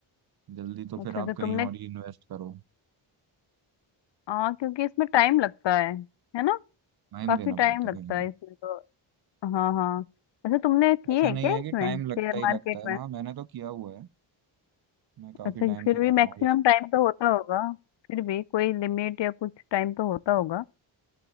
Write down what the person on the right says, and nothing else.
जल्दी तो
फिर आप
कहीं
और ही इन्वेस्ट करो
टाइम
देना
पड़ता है
कहीं
ऐसा
नहीं
है
कि टाइम
लगता
ही लगता है
हाँ मैंने तो किया हुआ है मैं काफी
टाइम
से
कर
रहा हूँ जैसे